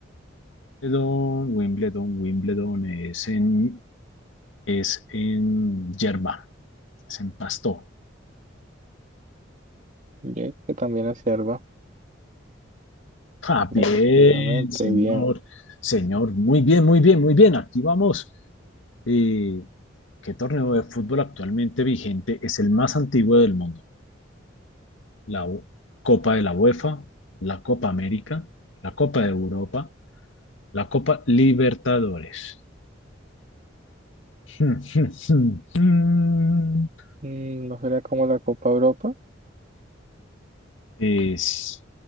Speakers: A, on the left (about 85°); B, on the right (about 40°).
A: Wimbledon, Wimbledon, Wimbledon es en, es en hierba, es en pasto.
B: Yo creo que también es hierba.
A: Ah, bien,
B: Efectivamente,
A: señor,
B: bien.
A: señor, muy bien, muy bien, muy bien, aquí vamos. Eh, ¿qué torneo de fútbol actualmente vigente es el más antiguo del mundo? La U- Copa de la UEFA, la Copa América, la Copa de Europa, la Copa Libertadores. <laughs>
B: Mm, ¿No será como la Copa Europa?
A: Es,